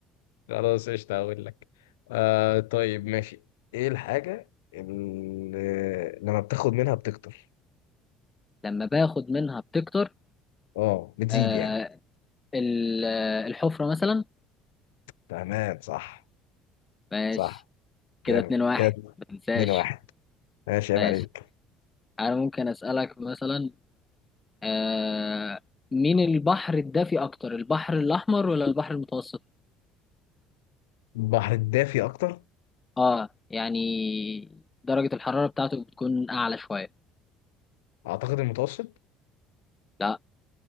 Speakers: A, on the left; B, on the left.
A: خلاص قشطة هقول لك آه طيب ماشي ايه الحاجة اللي لما بتاخد منها بتكتر
B: لما باخد منها بتكتر
A: اه بتزيد
B: آه
A: يعني
B: ال- آه، الحفرة مثلا
A: تمام صح
B: ماشي
A: صح
B: كده
A: جامد
B: اتنين واحد
A: كده
B: ما تنساش
A: اتنين واحد ماشي عيب
B: ماشي
A: عليك
B: انا ممكن اسألك مثلا آه مين البحر الدافي اكتر البحر الاحمر ولا البحر المتوسط
A: البحر الدافي اكتر
B: اه يعني درجة الحرارة بتاعته بتكون اعلى شوية
A: اعتقد المتوسط
B: لا